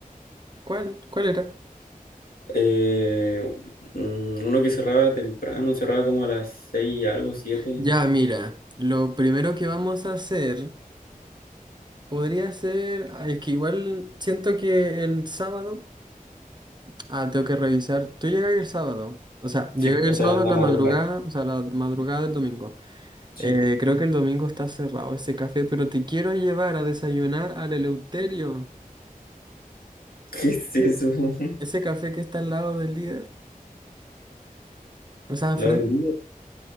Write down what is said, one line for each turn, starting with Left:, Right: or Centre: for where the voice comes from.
Right: ¿Cuál? ¿Cuál era?
Left: Eh, mm, uno que cerraba temprano, cerraba como a las seis y algo, siete.
Right: Ya, mira, lo primero que vamos a hacer podría ser, ah, es que igual siento que el sábado, ah, tengo que revisar. Tú llegas el sábado, o sea, llegas
Left: Sí,
Right: el
Left: o sea,
Right: sábado
Left: en
Right: en
Left: la
Right: la
Left: madrugada.
Right: madrugada, o sea, la madrugada del domingo.
Left: Sí.
Right: Eh, creo que el domingo está cerrado ese café, pero te quiero llevar a desayunar al Eleuterio,
Left: ¿Qué es eso? <laughs>
Right: ese café que está al lado del líder. O sea,
Left: ¿Lado
Right: frente.
Left: del líder?